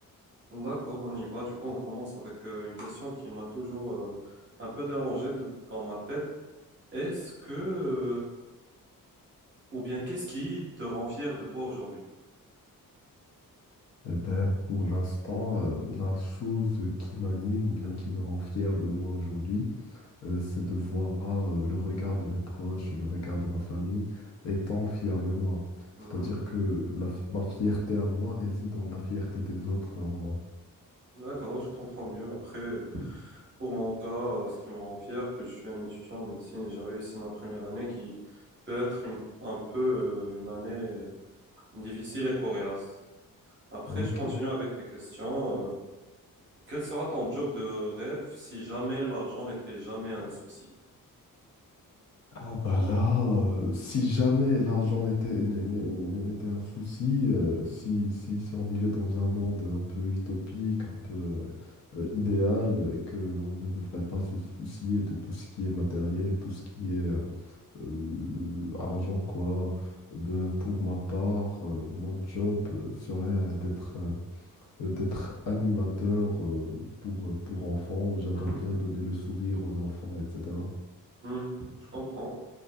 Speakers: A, on the right; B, on the left.
A: D'accord, on y va. Du coup, on commence avec euh, une question qui m'a toujours euh, un peu dérangé de- dans ma tête. Est-ce que, euh, ou bien qu'est-ce qui te rend fier de toi aujourd'hui?
B: Eh ben, pour l'instant, euh, la chose qui m'anime ou bien qui me rend fier de moi aujourd'hui, euh, c'est de voir euh, le regard de mes proches, le regard de ma famille étant fier de moi.
A: Mhm.
B: C'est-à-dire que la fi- ma fierté à moi réside dans la fierté des autres en moi.
A: D'accord, je comprends mieux. Après. euh, Pour mon cas, euh, ce qui me rend fier, que je suis un étudiant en médecine et j'ai réussi ma première année qui peut être une- un peu euh, une année euh, difficile et coriace. Après,
B: Ok.
A: je continue avec mes questions. Euh, quel sera ton job de rêve si jamais l'argent n'était jamais un souci?
B: Ah bah là, euh, si jamais l'argent n'était n'est- n'est- n'est- n'était un souci, euh, si, si, si on vivait dans un monde un peu utopique, un peu euh, euh, idéal, et qu'on ne devrait pas se soucier de tout ce qui est matériel, tout ce qui est euh, euh, argent, quoi. De- pour ma part, euh, mon job euh, serait euh, d'être euh, euh, d'être animateur euh, pour, pour enfants. J'adore
A: Mhm.
B: bien donner le sourire aux enfants, etc.
A: Hmm, je comprends.